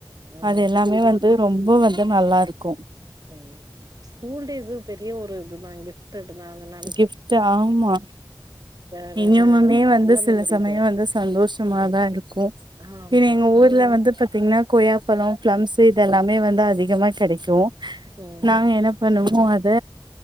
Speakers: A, on the right (about 50°); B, on the right (about 70°).
A: ஆ
B: அது எல்லாமே வந்து ரொம்ப வந்து நல்லா இருக்கும்
A: உம் ம் ஸ்கூல் டேஸ்சு பெரிய ஒரு இதுதா கிப்ட்டட் தா அதனா
B: கிஃப்ட் ஆமா
A: அதனால
B: இங்கமுமே வந்து
A: நல்ல
B: சில
A: மெமரிஸா
B: சமயோ
A: இருக்கு
B: வந்து சந்தோஷமாதா இருக்கூ
A: ஆமா
B: இது எங்க ஊர்ல
A: ம்
B: வந்து பத் தின்ன கொய்யாப்பழோ ப்ளம்ஸ்சு இது எல்லாமே வந்து அதிகமா கெடைக்கும்
A: ம்
B: நாங்க என்ன பண்ணுவோ அத